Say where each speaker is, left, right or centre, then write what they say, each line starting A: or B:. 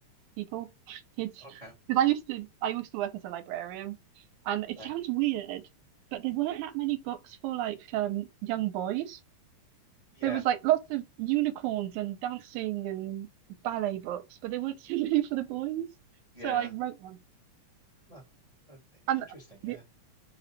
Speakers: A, on the right; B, on the right.
A: people, kids.
B: Okay.
A: Because I used to I used to work as a librarian, and
B: Okay.
A: it sounds weird, but there weren't that many books for like um young boys.
B: Yeah.
A: There was like lots of unicorns and dancing and ballet books, but there weren't <laughs> so many for the boys.
B: Yeah.
A: So I wrote one,
B: Huh. Uh, i-
A: and
B: Interesting. Yeah.
A: the